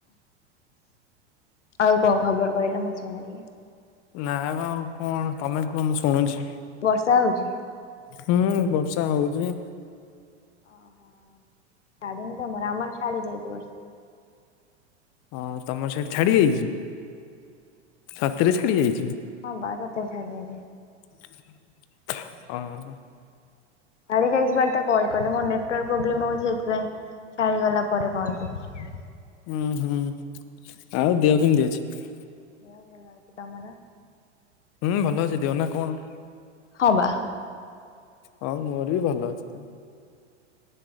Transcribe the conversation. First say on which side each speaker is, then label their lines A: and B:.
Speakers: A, on the left; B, on the left.
A: ଆଉ କଣ ଖବର କହିଲ ମୁଁ ଶୁଣେ!
B: ନାଇ ଆଉ କଣ ତମେ କୁହ ମୁଁ ଶୁଣୁଛି।
A: ବର୍ଷା ହଉଛି?
B: ହୁଁ ବର୍ଷା ହଉଚି।
A: ଓହୋ ଛାଡ଼ିନି ତମର ଆମର ଛାଡ଼ି ଯାଇଛି ବର୍ଷା।
B: ହଁ ତମର ସେଇଠି ଛାଡି ଯାଇଛି? ସତରେ ଛାଡି ଯାଇଛି।
A: ହଁ ବାରତେ ଛାଡ଼ି ଯାଇଛି।
B: ହିଁ।
A: ସରି ଯାଇଛି ବୋଲି କଲ୍ ଟା କହିଲ ମୋର ନେଟୱର୍କ ପ୍ରୋବ୍ଲେମ ହଉଛି, ସେଥିପାଇଁ ଛାଡ଼ିଗଲା ପରେ କଲ୍ କରୁଛି।
B: ହୁଁ ହୁଁ, ଆଉ ଦେହ କେମିତି ଅଛି?
A: ଦେହ ଭଲ ଅଛି। ତମର?
B: ହୁଁ ଭଲ ଅଛି ଦିହ ନା କଣ?
A: ହଁ ବା।
B: ହଁ ମୋର ବି ଭଲ ଅଛି ତ।